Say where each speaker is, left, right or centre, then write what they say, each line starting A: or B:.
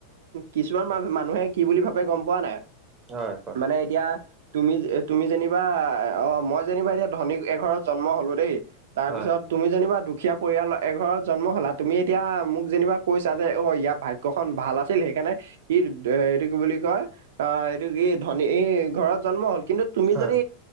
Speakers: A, on the right (about 75°); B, on the right (about 20°).
A: কিছুমান মানুহ, মানুহে কি বুলি ভাবে গম পোৱা নাই?
B: হয় কোৱা।
A: মানে এতিয়া তুমি, তুমি যেনিবা অ', মই যেনিবা এতিয়া ধনী এঘৰত জন্ম হলোঁ দেই। তাৰপিছত,
B: হয়
A: তুমি যেনিবা দুখীয়া পৰিয়াল এঘৰত জন্ম হ'লা। তুমি এতিয়া মোক যেনিবা কৈছাঁ যে, অ', ইয়াৰ ভাগ্যখন ভাল আছিল। সেইকাৰণে ই এইটো কি বুলি কয়, অ', এইটো কি ধনী এই ঘৰত জন্ম হ'ল, কিন্তু তুমি
B: হয়
A: যদি,